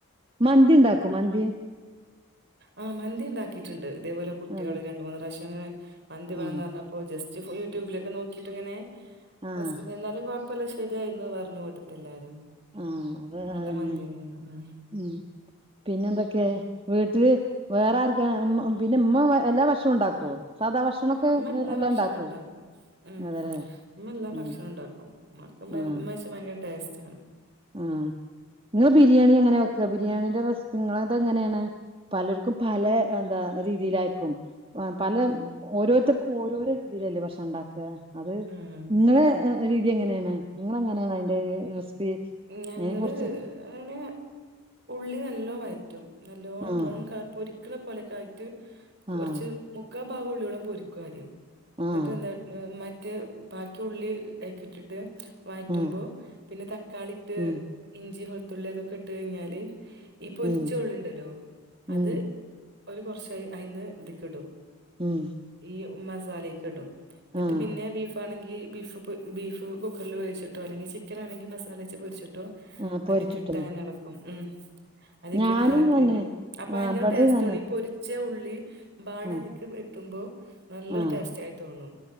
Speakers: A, on the right (about 25°); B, on the right (about 50°).
A: മന്തി ഉണ്ടാക്കുവോ മന്തി
B: ആഹ് മന്തി ഉണ്ടാക്കിയിട്ടുണ്ട് ഇതേപോലെ കുട്ടികള്
A: അതെ
B: രണ്ട് മൂന്ന് പ്രാവശ്യം അങ്ങനെ മന്തി വേണോന്ന്
A: ആഹ്
B: പറഞ്ഞപ്പോ ജസ്റ്റ് യൂട്യൂബിലൊക്കെ നോക്കിട്ട് ഇങ്ങനെ
A: ആഹ്
B: ഹസ്ബൻഡ് എന്നാലും കുഴപ്പവില്ല ശരിയായിന്ന് പറഞ്ഞു ഇവിടെത്തെ എല്ലാരും
A: ആഹ് അതാ
B: നല്ല
A: അത് തന്നെ
B: മന്തീന്നെന്നോ ആ
A: ഉം പിന്നെ എന്തൊക്കെ വീട്ടില് വേറെ ആർക്കാ ഉ പിന്നെ ഉമ്മ എല്ലാ ഭക്ഷണവും ഉണ്ടാക്കുവോ സാധാ ഭക്ഷണൊക്കെ
B: ഉമ്മ എല്ലാ
A: എല്ലാം
B: ഭക്ഷണവും
A: ഉണ്ടാക്കോ
B: ഉണ്ടാക്കും ഉം
A: അതെല്ലേ
B: ഇമ്മ എല്ലാ
A: ഉം
B: ഭക്ഷണവും ഉണ്ടാക്കും ഉമ്മക്ക് ഉമ്മ
A: ആഹ്
B: വെച്ചാ ഭയങ്കര ടേസ്റ്റാണ്
A: ആഹ് നിങ്ങള് ബിരിയാണി എങ്ങനെ വെക്കുക ബിരിയാണീന്റെ റെസിപ്പി നിങ്ങളുടേത് എങ്ങനെ ആണ് പലർക്കും പല എന്താ രീതിയിലായിരിക്കും പല
B: ഉം
A: ഓരോരുത്തർക്കും ഓരോരോ രീതിയിലല്ലേ ഭക്ഷണം ഉണ്ടാക്കുക അത്
B: ഉം
A: നിങ്ങളെ രീതി എങ്ങനെയാണ് നിങ്ങൾ എങ്ങനെയാണ് അതിന്റെ റെസിപ്പി
B: ഞങ്ങള്
A: അതിനെ കുറിച്ച്
B: അങ്ങനെ ഉള്ളി നല്ലോ വയ റ്റും നല്ലോണം
A: ആഹ്
B: ബ്രൗൺ കളർ പൊരിക്കണ പോലെയൊക്കെ ആയിട്ട് കുറച്ച്
A: ആഹ്
B: മുക്കാൽ ഭാഗം ഉള്ളികളും പൊരിക്കും ആദ്യം
A: ആഹ്
B: എന്നിട്ട് എന്താ മ റ്റ് ബാക്കി ഉള്ളി അയിക്ക്‌ ഇട്ടിട്ട് വയറ്റുമ്പോ
A: ആഹ്
B: പിന്നെ തക്കാളി ഇട്ട്
A: ഉം
B: ഇഞ്ചി വെൾത്തുള്ളി അതൊക്കെ ഇട്ട് കഴിഞ്ഞാല് ഈ പൊരിച്ച
A: ഉം
B: ഉള്ളിണ്ടല്ലോ
A: ഉം
B: അത് ഒരു കുറച്ച് അയ് അയിന്ന് ഇതിക്കിടും
A: ഉം
B: ഈ മസാലേക്ക് ഇടും എന്നിട്ട്
A: ആഹ്
B: പിന്നെ ബീഫ് പ്പ ആണെങ്കി ബീഫ് പൊ ബീഫ്‌ കുക്കറിൽ വേവ്ച്ചിട്ടോ അല്ലെങ്കിൽ ചിക്കൻ ആണെങ്കിൽ മസാലേച്ച് പൊരിച്ചി ട്ടോ
A: ആഹ് പൊരിച്ചിട്ടന്നെ
B: അത് കിട്ട് അങ്ങനെ ഇളക്കും ഉം അതീക്കിട്ട്
A: ഞാനും
B: എളക്കിയാല്
A: തന്നെ
B: അപ്പൊ
A: ആഹ്
B: ഭയങ്കര
A: ഇബടെ
B: ടേസ്റ്റും
A: തന്നെ
B: ആണ് ഈ പൊരി ച്ച ഉള്ളി മ്പാടെ
A: ആഹ്
B: തിക്ക് എത്തുമ്പോ നല്ലൊരു
A: ആഹ്
B: ടേസറ്റായി തോന്നും